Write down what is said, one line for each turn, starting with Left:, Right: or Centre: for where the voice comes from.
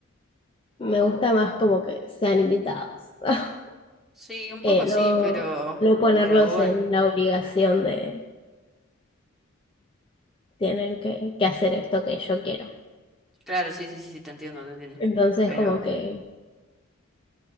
Left: Me gusta más como que sean invitados. <laughs>
Centre: Sí, un poco
Left: Eh, no,
Centre: sí, pero,
Left: no ponerlos
Centre: pero bueno,
Left: en la obligación de tienen que, que hacer esto que yo quiero.
Centre: claro, sí, sí, sí, te entiendo, te entiendo.
Left: Entonces,
Centre: Pero
Left: como que